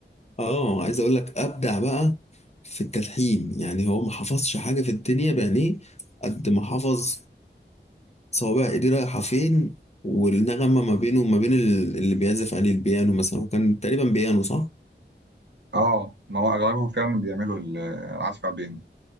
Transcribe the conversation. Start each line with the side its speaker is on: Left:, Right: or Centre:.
Left: اه عايز اقول لك ابدع بقى في التلحين يعني هو ما حفظش حاجه في الدنيا بعينيه قد ما حفظ صوابع ايديه رايحه فين والنغمه ما بينه وما بين ال- اللي بيعزف عليه البيانو مثلا وكان تقريبا بيانو صح
Right: اه ما هو اغلبهم فعلا بيعملوا ال- العزف على البيانو